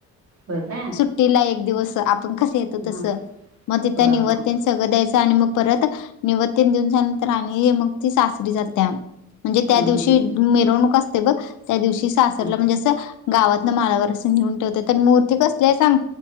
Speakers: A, on the right; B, on the left.
A: होय काय
B: सुट्टीला एक दिवस आप मग कसं येतो तसं
A: हा
B: मग तिथं
A: होय
B: निवत
A: हा
B: तेन सगळं द्यायचं आणि मग परत निवत्तेन देऊन झाल्यानंतर आणि मग ती सासरी जात्या म्हणजे त्या
A: हम्म
B: दिवशी
A: हम्म
B: मिरवणूक अस ते ब त्या दिवशी सासरला
A: हा
B: म्हणजे असं गावात न मालावर असं नेऊन ठेवते मूर ते कसलेय सांग